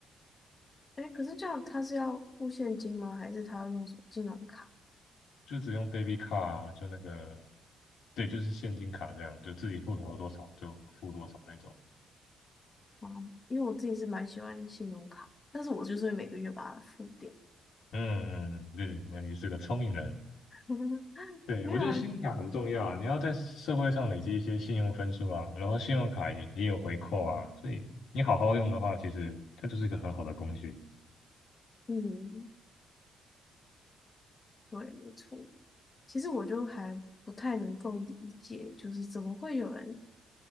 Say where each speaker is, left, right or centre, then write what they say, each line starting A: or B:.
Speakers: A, on the left; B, on the left.
A: 哎，可是这样他是要付现金吗？还是他用什么金融卡？
B: 就只用 debit card，啊就那个，对，就是现金卡这样，就自己户头有多少就付多少那种。
A: 啊，因为我自己是蛮喜欢信用卡，但是我就是会每个月把它付掉。
B: 嗯嗯，对对，那你是个聪明人。
A: <laughs>
B: 对，
A: 没有啊，
B: 我觉得信用卡很重要啊，你要在社会上累积一些信用分数啊，然后信用卡也也有回扣啊，所以你好好用的话，其实它就是一个很好的工具。
A: 嗯，对，没错。其实我就还不太能够理解，就是怎么会有人